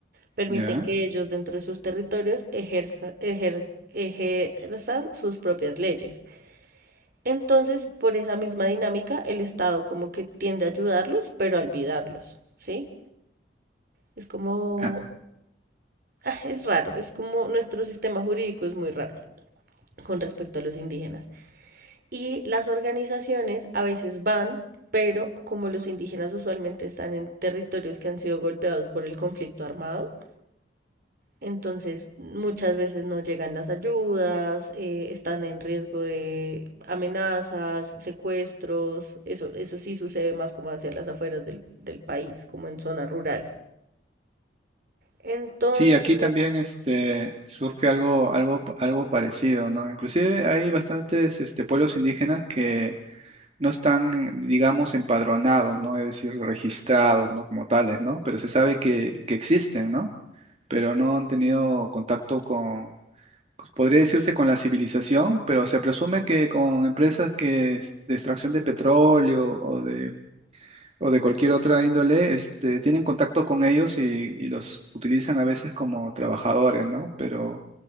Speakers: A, on the right (about 55°); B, on the right (about 35°).
A: Permiten
B: ¿ya?
A: que ellos dentro de sus territorios ejerja- ejer- ejerzan sus propias leyes. Entonces, por esa misma dinámica, el Estado como que tiende a ayudarlos, pero a olvidarlos, ¿sí? Es como,
B: Ah,
A: ah, es raro, es como nuestro sistema jurídico es muy raro con respecto a los indígenas. Y las organizaciones a veces van, pero como los indígenas usualmente están en territorios que han sido golpeados por el conflicto armado, entonces muchas veces no llegan las ayudas, eh, están en riesgo de amenazas, secuestros, eso, eso sí sucede más como hacia las afueras del, del país, como en zona rural. Entonces,
B: sí, aquí también este, surge algo, algo, algo parecido, ¿no? Inclusive hay bastantes este, pueblos indígenas que no están, digamos, empadronados, ¿no? Es decir, registrados, ¿no? Como tales, ¿no? Pero se sabe que, que existen, ¿no? Pero no han tenido contacto con podría decirse con la civilización, pero se presume que con empresas que es de extracción de petróleo o de, o de cualquier otra índole, este, tienen contacto con ellos y, y los utilizan a veces como trabajadores, ¿no? Pero